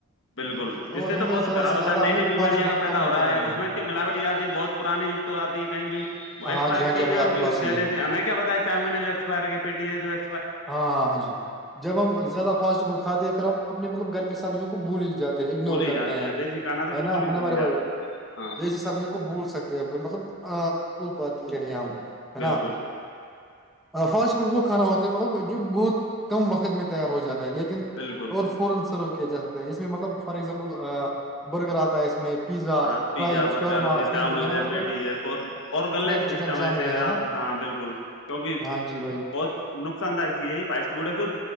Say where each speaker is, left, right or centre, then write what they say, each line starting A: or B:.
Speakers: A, on the left; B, in the centre.
A: بالکل
B: اور
A: اس سے تو
B: ہمیں
A: بہت
B: زیادہ
A: خراب
B: سے
A: ہوتا
B: زیادہ
A: ہے نئی
B: ہمیں
A: نئی بیماریاں
B: فاسٹ فوڈ
A: کا پیدا
B: کم
A: ہو رہا
B: کرنا
A: ہے
B: چاہیے ہاں
A: میں کیا ملاوٹی ہیں بہت پرانانی یگت تو آتی ہیں کہیں بھی
B: ہاں
A: ایکسپائر
B: جی ہاں جی
A: چیزیں
B: بھائی آپ
A: وہ بھی
B: کی بات صحیح
A: د
B: ہے
A: دیتے ہیں میں کیا بتایا چاہوں میں نے جو بارے کے پیٹی ہے جو ای
B: ہاں ہاں ہاں جی جب ہم زیادہ فاسٹ فوڈ کھاتے ہیں پھر ہم اپنے مطلب گھر کی سبزیوں کو بھول ہی جاتے اگنور
A: بھول ہی
B: کرتے
A: جاتے
B: ہیں
A: دیسی کھانا تو بالکل
B: ہے نا
A: ہی
B: ہے
A: بھول
B: نا ہمارے
A: ہی جاتے
B: بھائی
A: ہیں ہاں
B: دیش سبھی کو بھول سکتے ہیں مطلب بھول پاتے ہیں ہم ہے
A: بالکل
B: نا فاسٹ فوڈ وہ کھانا ہوتا ہے مطلب جو بہت کم وقت میں تیار ہو جاتا ہے لیکن
A: بالکل
B: اور فورن سرو کیا جا سکتا ہے اس میں مطلب فار ایگزامپل برگر آتا ہے اس میں پیزا
A: ہاں پیزا
B: فرائز
A: برگر
B: شورما سینڈوچ
A: چاؤمین
B: نا
A: ہے
B: میرے
A: پیٹیظ
B: بھائی
A: اور غل
B: فرائڈ
A: سسٹم
B: چکن شامل
A: ایسے
B: ہے ہے نا
A: آپ ہاں بالکل بکل کیونکہ
B: ہاں جی بھائی
A: بہت نقصان دائک چیز ہے یہ پٹڈ ہے جو